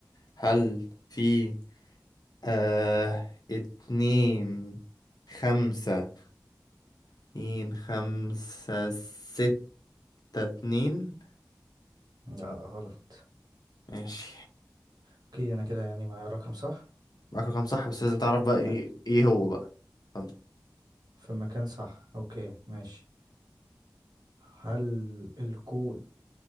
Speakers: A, on the left; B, on the right.
A: هل في آه اتنين خمسة اتنين خمسة ستة اتنين
B: لا غلط
A: ماشي
B: اوكي انا كده يعني معايا رقم صح
A: معاك رقم صح بس لازم تعرف بقى
B: فما
A: ايه ايه هو بقى اتفضل.
B: في مكان صح اوكي ماشي هل الكود